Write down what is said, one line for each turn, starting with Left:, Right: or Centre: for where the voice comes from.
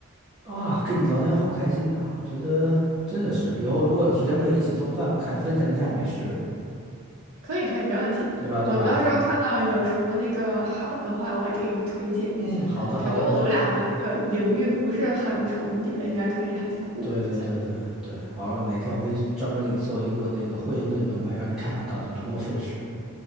Centre: 啊，跟你聊天好开心呐！我觉得真的是，以后如果有时间可以一起做饭，看分享一下美食，
Right: 可以可以，没问题。
Centre: 对吧？对吧？
Right: 我到时候看到有什么那个好的话，我也可以给你推荐一下。
Centre: 嗯，好的，
Right: 感觉我们俩的这个领域不是很重叠，
Centre: 好的，没，
Right: 应该可以还挺互补一下。
Centre: 对对对对对，好，哪天我可以专门给你做一个那个惠灵顿牛排，让你看看到底多么费事。